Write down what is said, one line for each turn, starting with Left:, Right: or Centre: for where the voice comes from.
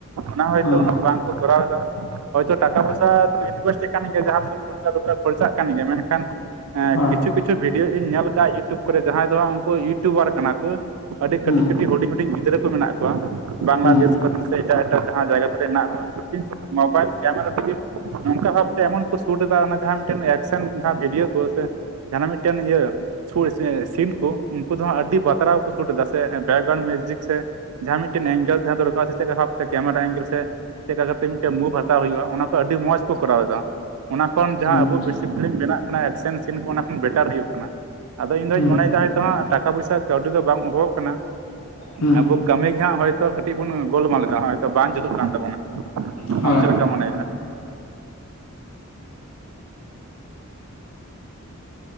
Right: ᱚᱱᱟ ᱦᱚᱭᱛᱳ
Left: ᱦᱳᱭ
Right: ᱩᱱᱟᱹᱜ ᱵᱟᱝᱠᱚ ᱠᱚᱨᱟᱣ ᱮᱫᱟ ᱦᱚᱭᱛᱳ ᱴᱟᱠᱟ- ᱯᱚᱭᱥᱟᱹ ᱤᱱᱣᱮᱥᱴ ᱠᱟᱱ ᱜᱮᱭᱟ ᱡᱟᱦᱟᱸ ᱠᱷᱚᱨᱪᱟ-ᱠᱷᱚᱨᱪᱟᱜ ᱠᱟᱱ ᱜᱮᱭᱟ ᱢᱮᱱᱠᱷᱟᱱ
Left: ᱦᱮᱸ
Right: ᱠᱩᱪᱷᱩ-ᱠᱤᱪᱷᱩ ᱠᱤᱪᱷᱩ ᱵᱷᱤᱰᱭᱳ ᱤᱧ ᱧᱮᱞ ᱠᱟᱜᱼᱟ ᱤᱭᱩᱴᱩᱵ ᱠᱚᱨᱮ ᱡᱟᱦᱟᱸᱭ ᱫᱚ ᱩᱱᱠᱩ ᱤᱭᱩᱴᱩᱵᱟᱨ ᱠᱟᱱᱟ ᱠᱚ ᱟᱹᱰᱤ ᱠᱟᱹᱴᱤᱡ-ᱠᱟᱹᱴᱤᱡ
Left: ᱦᱮᱸ
Right: ᱦᱩᱰᱤᱧ- ᱦᱩᱰᱤᱧ ᱜᱤᱫᱽᱨᱟᱹ ᱠᱚ ᱢᱮᱱᱟᱜ ᱠᱚᱣᱟ ᱵᱟᱝᱞᱟᱫᱮᱥ
Left: ᱦᱮᱸ ᱦᱮᱸ ᱦᱮᱸ
Right: ᱥᱮ ᱮᱴᱟᱜ-ᱮᱴᱟᱜ ᱡᱟᱦᱟᱸ ᱡᱟᱭᱜᱟ ᱠᱚᱨᱮ ᱦᱮᱱᱟᱜ ᱠᱤᱱᱛᱩ ᱢᱳᱵᱟᱭᱤᱞ ᱠᱮᱢᱮᱨᱟ ᱛᱮᱜᱮ ᱱᱚᱝᱠᱟ ᱵᱷᱟᱵᱽᱛᱮ ᱮᱢᱚᱱ ᱠᱚ ᱥᱩᱴ ᱮᱫᱟ ᱚᱱᱟ ᱡᱟᱦᱟᱸ ᱢᱤᱫᱴᱮᱱ ᱮᱠᱥᱮᱱ ᱡᱟᱦᱟᱸ ᱵᱷᱤᱰᱤᱭᱳ ᱠᱚ ᱥᱮ ᱡᱟᱦᱟᱸᱱᱟᱜ ᱢᱤᱫᱴᱮᱱ ᱤᱭᱟᱹ ᱥᱩᱨ ᱥᱮ ᱥᱤᱱ ᱠᱚ ᱩᱱᱠᱩ ᱫᱚ ᱦᱟᱸᱜ ᱟᱹᱰᱤ ᱵᱟᱛᱨᱟᱣ ᱠᱚ ᱥᱩᱴ ᱮᱫᱟ ᱥᱮ ᱵᱮᱠ ᱜᱨᱟᱣᱩᱱ ᱢᱤᱭᱩᱡᱤᱠ ᱥᱮ ᱡᱟᱦᱟᱸ ᱢᱤᱫᱴᱮᱱ ᱮᱝᱜᱮᱞ ᱛᱟᱦᱮᱸ ᱫᱚᱨᱠᱟᱨᱼᱟ ᱥᱮ ᱪᱮᱫ ᱵᱷᱟᱵᱛᱮ ᱠᱮᱢᱮᱨᱟ ᱮᱝᱜᱮᱞ ᱥᱮ ᱪᱮᱫ ᱞᱮᱠᱟ ᱠᱟᱛᱮ ᱢᱤᱫᱴᱮᱡ ᱢᱩᱵᱷ ᱦᱟᱛᱟᱣ ᱦᱩᱭᱩᱜᱼᱟ ᱚᱱᱟ ᱠᱚ ᱟᱹᱰᱤ ᱢᱚᱸᱡᱽ ᱠᱚ ᱠᱚᱨᱟᱣ ᱮᱫᱟ ᱚᱱᱟ ᱠᱷᱚᱱ ᱡᱟᱦᱟᱸ
Left: ᱦᱮᱸ
Right: ᱟᱵᱩ ᱵᱮᱥᱤ ᱵᱮᱱᱟᱜ ᱠᱟᱱᱟ ᱮᱠᱥᱮᱱ ᱥᱤᱱ ᱠᱚ ᱚᱱᱟ ᱠᱷᱚᱱ ᱵᱮᱴᱟᱨ ᱦᱩᱭᱩᱜ ᱠᱟᱱᱟ ᱟᱫᱚ ᱤᱧ ᱫᱚᱧ
Left: ᱦᱮᱸ
Right: ᱢᱚᱱᱮᱭ ᱮᱫᱟ‌ ᱦᱚᱭᱛᱚ ᱦᱟᱸᱜ ᱴᱟᱠᱟ ᱯᱚᱭᱥᱟ ᱠᱟᱹᱣᱰᱤ ᱫᱚ ᱵᱟᱝ ᱚᱵᱷᱚᱜ ᱠᱟᱱᱟ
Left: ᱦᱮᱸ
Right: ᱟᱵᱩ ᱠᱟᱹᱢᱤ ᱜᱮ ᱦᱟᱸᱜ ᱦᱚᱭᱛᱚ ᱠᱟᱹᱴᱤᱡ ᱵᱚᱱ ᱜᱚᱞᱢᱟᱞ ᱮᱫᱟ ᱦᱚᱭᱛᱚ ᱵᱟᱝ ᱡᱩᱛᱩᱜ ᱠᱟᱱ ᱛᱟᱵᱚᱱᱟ,
Left: ᱦᱳᱭ
Right: ᱟᱢ ᱪᱮᱫ ᱞᱮᱠᱟᱢ ᱢᱚᱱᱮᱭᱮᱫᱟ?